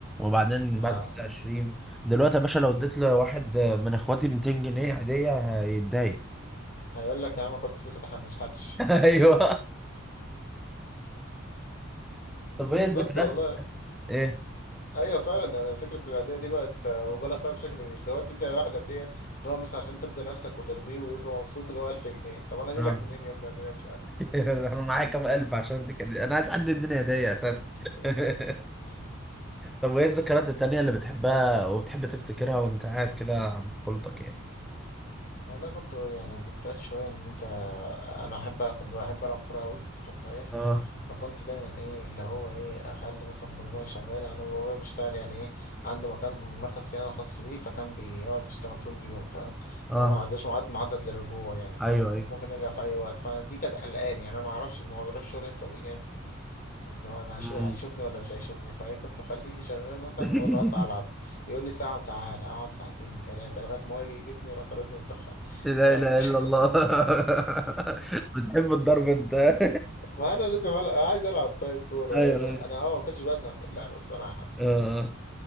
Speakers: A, in the centre; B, on the left.
A: وبعدين
B: آه
A: بعد كده 20 دلوقتي يا باشا لو اديت لواحد من اخواتي 200 جنيه عادية هيتضايق
B: هيقول لك يا عم خد فلوسك احنا مبنشحتش
A: <laughs> ايوه طب ايه
B: بالظبط
A: الذكريات
B: والله
A: ايه؟
B: أيوه فعلا يعني فكرة العادية دي بقت آه، مبالغ فيها بشكل اللي هو تدي واحد عادية اللي هو مثلا عشان ترضي نفسك وترضيه ويبقى مبسوط اللي هو 1000 جنيه طب أنا أجيب
A: اه
B: لك منين يا ابني عادية 1000
A: <laughs>
B: جنيه
A: انا
B: دلوقتي
A: معايا كام الف عشان اديك هدية. انا عايز حد يديني هدية اساسا
B: <laughs>
A: <laughs>
B: بالظبط
A: طب وايه الذكريات التانية اللي بتحبها وبتحب تفتكرها وانت قاعد كده عند طفولتك يعني؟
B: والله برضه يعني ذكريات شوية إن أنت أنا أحب كنت بحب ألعب كورة أوي وأنا صغير
A: اه
B: فكنت دايما ايه اللي هو ايه اخلي مثلا بابايا شغال انا بابايا بيشتغل يعني ايه عنده مكان مركز صيانه خاص بيه فكان بيقعد يشتغل طول اليوم فاهم
A: اه
B: هو ما قالوش ميعاد محدد للرجوع يعني فاهم
A: ايوه ايوه
B: ممكن يرجع في اي وقت فدي كانت قلقاني يعني انا ما اعرفش ان هو بيروح الشغل امتى وبيجي امتى اللي هو انا
A: مم.
B: هشوف هيشوفني ولا مش هيشوفني فايه كنت اخليه شغال مثلا
A: <laughs>
B: واقول له هطلع العب يقول لي ساعه وتعالى اقعد ساعتين ثلاثه لغايه ما هو يجي يجيبني يروح ضاربني ومدخلني
A: لا
B: فاهم
A: اله
B: <laughs>
A: الا الله <laughs> بتحب الضرب انت <laughs>
B: ما انا لازم ألعب. عايز العب طيب كوره
A: ايوه ايوه
B: انا اه ما كنتش بزهق من اللعب بصراحه
A: آه.